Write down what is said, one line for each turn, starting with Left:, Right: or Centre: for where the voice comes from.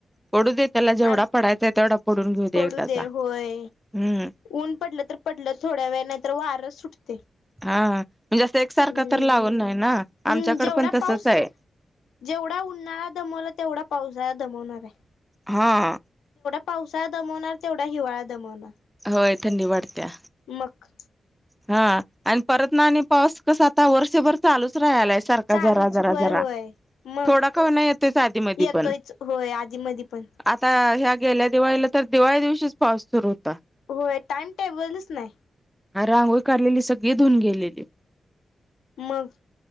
Centre: पडू दे त्याला जेवढा
Left: आणि
Centre: पडायय तेवढा. पडून घेऊ
Left: पडू
Centre: एकदाचा
Left: दे होय
Centre: हम्म
Left: ऊन पडलं तर पडलं थोड्या वेळ नाहीतर वार सुटत.
Centre: हा म्हणजे असं एकसारखं
Left: हम्म
Centre: तर लावून नाही ना
Left: हम्म
Centre: आमच्याकड
Left: जेवढा
Centre: पण तसच
Left: पाऊस
Centre: आहे.
Left: जेवढा उन्हाळा दमवला तेवढा पावसाळा दमवणार आहे.
Centre: हा.
Left: पावसाळ दमवणार तेवढा हिवाळा दमवणार.
Centre: होय थंडी वाढत्या.
Left: मग.
Centre: हा आणि परत ना आणि पाऊस कस आता वर्षभर चालूच. ला सार
Left: चालूच
Centre: जरा जरा
Left: होय
Centre: जरा
Left: होय मग
Centre: थोडा का नाही येतो आधी म
Left: येतोयच
Centre: पण
Left: होय आधी मधी पण.
Centre: आता ह्या गेल्या दिवाळीला तर दिवाळी दिवशीच पाऊस सुरू होता.
Left: होय टाइम टेबलच नाही.
Centre: रांगोई काढलेली सगळी धऊन गेलेली.
Left: मग.